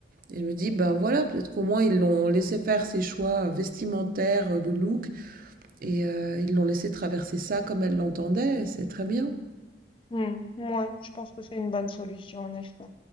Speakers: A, on the right; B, on the left.
A: Et je me dis, ben voilà, peut-être qu'au moins ils l'ont laissé faire ses choix vestimentaires euh, de look. Et euh, ils l'ont laissé traverser ça comme elle l'entendait, c'est très bien.
B: Hmm, ouais, je pense que c'est une bonne solution, en effet.